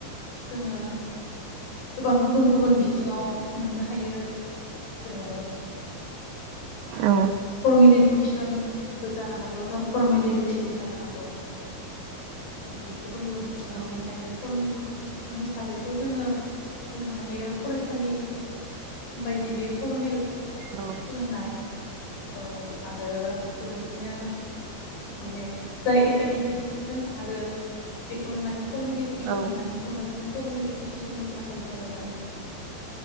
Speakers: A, on the left (about 60°); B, on the right (about 75°).
A: जोङो गोबां गुबुन गुबुन बिथिङाव मोननो हायो जोङो
B: औ
A: फरमिलिन नेसन इडुकेसनबो जानो हागौ न' फरमेल इडुकेसनबो जानो हागौ बिदि गुबुन गुबुन बिथिङाव
B: औ
A: मोननो हायो फरमिल इडुकेसन हिसाबैथ' जोङो बुंनो हायो फरायसालि बायदि बे फरमेल सोलोंनाय
B: औ
A: औ आरो बेबायदिनो माने जाय एकाडेमिक जों खारो बेखौनो माने फरमेल इडुकेसन
B: औ
A: होननानै बुङो जों फरमेल इडुकेसननि थाखाय जोङो माने